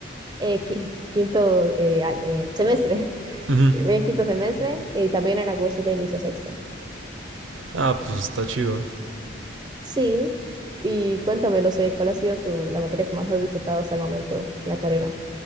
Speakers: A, on the right; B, on the right.
A: eh, qui- quinto eh, a- eh, semestre. <laughs>
B: Ujú.
A: Voy en quinto semestre y también en agosto ya inicio sexto.
B: Ah, pues está chido.
A: Sí. Y cuéntame, no sé, ¿cuál ha sido tu, la materia que más has disfrutado hasta el momento en la carrera?